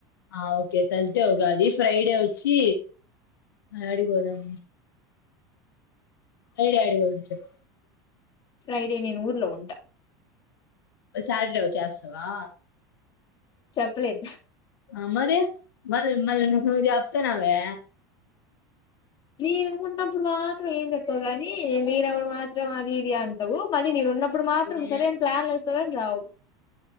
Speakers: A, on the left; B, on the left.
A: ఆ ఓకె థర్స్డే ఉగాది ఫ్రైడే వచ్చి యాడిక్ పోదాం ఫ్రైడే యాడిపోదం చెప్
B: ఫ్రైడే నేను ఊర్లో ఉంట
A: ఒ సాటర్డే ఒచ్చేస్తవా
B: చెప్పలేన్ ఉహ్
A: ఆ మరి మరి మల్ నువ్వు చెప్తనవే
B: నేను ఉన్నప్పుడు మాత్రం ఏం చెప్పవు గని లేనప్పుడు మాత్రం అది ఇది అంటవు మళ్ళి నేను ఉన్నప్ ఇప్పుడు మాత్రం
A: ఏంలే
B: సరే అని ప్లాన్లేస్తవ్ కని రావు